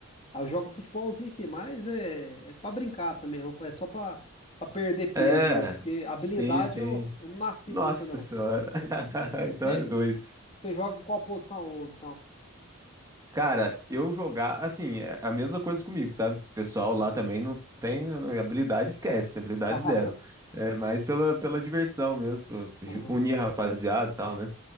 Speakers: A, on the left; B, on the right.
A: Aí eu jogo um futebolzinho aqui, mas é, é para brincar também, eu falei, é só para perder peso
B: É,
A: mesmo, porque habilidade
B: sim, sim.
A: eu, eu não nasci
B: Nossa
A: muita não.
B: senhora. <laughs> Então
A: Você
B: é dois.
A: você joga em qual posição, ô Vitão?
B: Cara, eu jogar, assim, é a mesma coisa comigo, sabe? O pessoal lá
A: Aham.
B: também não tem não- habilidade, esquece, habilidade
A: <laughs>
B: zero. É mais pela, pela diversão mesmo, pra
A: Aham.
B: ju- unir a rapaziada e tal, né?